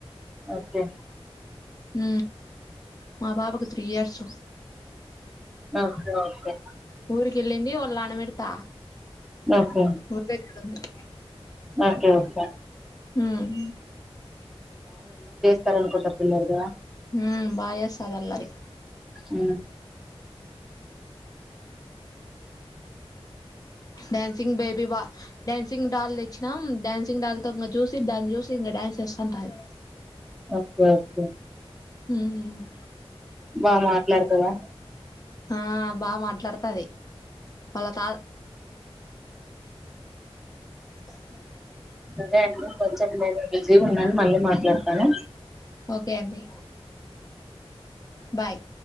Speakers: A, in the centre; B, on the left (about 35°).
A: ఓకే
B: ఉ మా పాపకు త్రీ ఇయర్స్
A: ఓకే ఓకే
B: ఊరి కిల్లింది పనబెడ్త
A: ఓకే
B: ఉరిదగ్గర ఉంది
A: ఓకే ఓకే
B: ఉమ్
A: సరే అనుకుంటా పిల్లర్ గా
B: హుమ్ బాయస్ అదఅల్లరి
A: అ
B: డ్యాన్స్ సింగ్ బేబీ బ డ్యాన్సింగ్ డాల్ తెచ్చిన డ్యాన్సింగ్ డాల్ తో చూసి దాన్ని చూసి ఇంకా డ్యాన్స్ ఎస్సంటాది
A: ఓకే ఓకే
B: ఉమ్
A: బా మాట్లాడతదా
B: ఆ బాగా మాట్లాడుతది వాళ్ళ తా అ
A: అరే అండి కొంచెం నేను బిజీగా ఉన్నాను మళ్ళీ మాట్లాడతాను
B: ఓకే అండి బాయ్